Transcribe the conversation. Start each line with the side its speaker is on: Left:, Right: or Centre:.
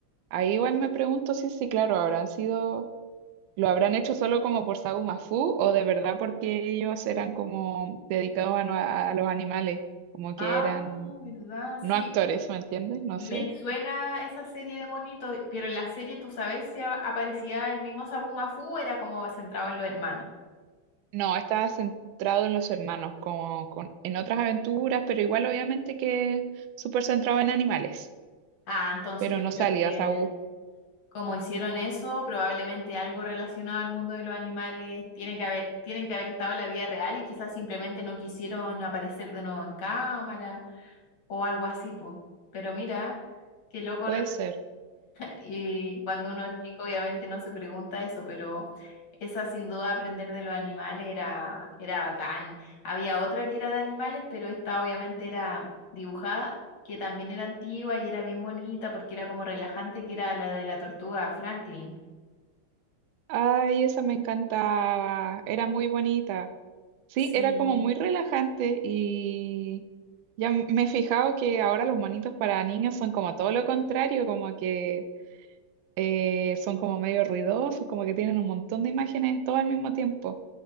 Right: ahí igual me pregunto si sí, claro, habrán sido, lo habrán hecho solo como por Sabu Mafu o de verdad porque ellos eran como dedicados a, no- a los animales, como que
Left: ah,
Right: eran
Left: ¿verdad?
Right: no
Left: Sí.
Right: actores, ¿me entiendes? No
Left: Me
Right: sé.
Left: suena esa serie de monitos, pero en la serie, ¿tú sabes si a- aparecía el mismo Sabu Mafu? Era como centrado en los hermanos.
Right: No, estaba centrado en los hermanos, como con, en otras aventuras, pero igual obviamente que súper centrado en animales.
Left: Ah, entonces
Right: Pero
Left: yo
Right: no
Left: creo
Right: salía,
Left: que
Right: Saúl.
Left: como hicieron eso, probablemente algo relacionado al mundo de los animales tiene que haber, tienen que haber estado en la vida real y quizás simplemente no quisieron aparecer de nuevo en cámara o algo así, po. Pero mira, qué loco
Right: Puede ser.
Left: Y cuando uno es chico, obviamente no se pregunta eso, pero esa sin duda aprender de los animales era, era bacán. Había otra que era de animales, pero esta obviamente era dibujada, que también era antigua y era bien bonita porque era como relajante, que era la de la tortuga Franklin.
Right: Ay, esa me encantaba. Era muy bonita. Sí,
Left: Sí,
Right: era como muy relajante y ya m- me he fijado que ahora los monitos para niños son como todo lo contrario, como que eh, son como medio ruidosos, como que tienen un montón de imágenes todo al mismo tiempo.